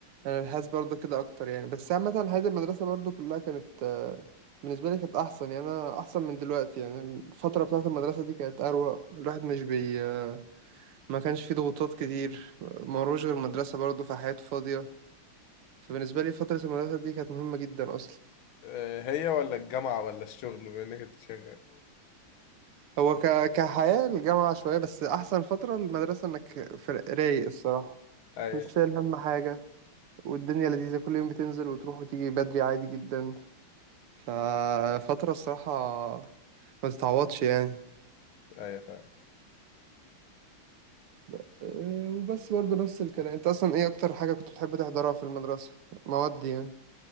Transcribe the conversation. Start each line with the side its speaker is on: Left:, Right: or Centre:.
Right: انا بحس برضو كده اكتر يعني بس عامه حياه المدرسه برضو كلها كانت آه، بالنسبه لي كانت احسن يعني انا احسن من دلوقتي يعني الفتره بتاعه المدرسه دي كانت اروق الواحد مش بي آه، ما كانش فيه ضغوطات كتير ما وروش غير مدرسه برضو فحياته فاضيه فبالنسبه لي فتره المدرسه دي كانت مهمه جدا اصلا
Left: آه، هي ولا الجامعة ولا الشغل بما إنك كنت شغال
Right: هو ك... كحياه الجامعه شويه بس احسن فتره المدرسه انك في- رايق الصراحه
Left: أي
Right: مش شايل هم حاجة والدنيا لذيذة كل يوم بتنزل وتروح وتيجي بدري عادي جدا ففترة الصراحة ما تتعوضش يعني
Left: أي فعلا
Right: أه، وبس برضه نفس الكلام انت اصلا ايه اكتر حاجة كنت بتحب تحضرها في المدرسة مواد يعني